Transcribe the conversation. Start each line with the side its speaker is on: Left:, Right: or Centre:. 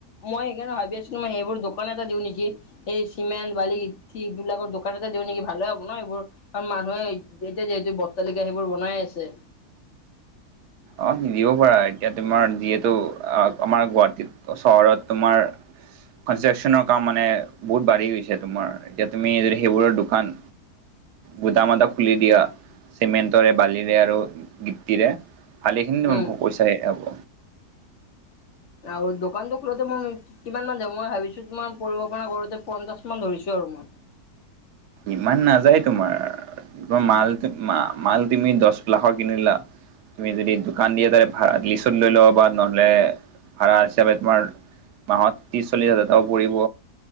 Left: মই সেইকাৰণে ভাবি আছোঁ মই সেইবোৰ দোকান এটা দিওঁ নেকি? এই চিমেণ্ট, বালি, গীতি এইবিলাকৰ দোকান এটা দিও নেকি? ভালে হ'ব ন এইবোৰ কাৰণ মানুহে এতিয়া যিহেতু বৰটালিকা সেইবোৰ বনাই আছে।
Right: অ', দিব পাৰা এতিয়া তোমাৰ যিহেতু আমাৰ গুৱাহাটীত চহৰত তোমাৰ কনষ্ট্ৰাক্যনৰ কাম মানে বহুত বাঢ়ি গৈছে তোমাৰ, এতিয়া তুমি যদি সেইবোৰৰ দোকান গোদাম এটা খুলি দিয়া চিমেণ্টৰে, বালিৰে আৰু গিটিৰে। ভালেখিনি তোমাৰ
Left: উম
Right: প-পইচা এ হ'ব।
Left: আৰু দোকানটো খোলোতে মই কিমান মান যাব? মই ভাবিছোঁ কিমান পৰিব পৰা কৰোতে পঞ্চাশ মান ধৰিছোঁ আৰু মই।
Right: ইমান নাযায় তোমাৰ। তমাৰ মাল-মাল তুমি দহ লাখৰ কিনিলা তুমি যদি দোকান দিয়ে তাৰে <unintelligible> লৈ লব পাৰা নহ'লে ভাড়া হিচাপে তোমাৰ মাহত ত্ৰিছ, চল্লিছ হাজাৰ টকা পৰিব।